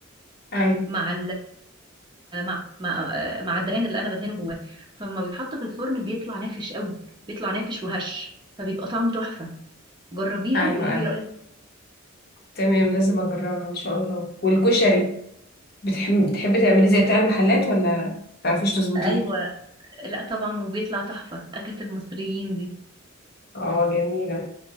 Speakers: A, on the left; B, on the right.
A: ايوه
B: مع آه، مع مع آه، مع الدهان اللي انا بدهنه جواه فلما بيتحط في الفرن بيطلع نافش قوي بيطلع نافش وهش فبيبقى طعمه تحفة جربيها
A: ايوه
B: وقولي لي
A: ايوه
B: رأيك
A: تمام لازم اجربها ان شاء الله والكشري بتحب بتحبي تعملي زي بتاع المحلات ولا متعرفيش تظبطيه
B: ايوه لا طبعا وبيطلع تحفة أكلة المصريين دي
A: اه جميلة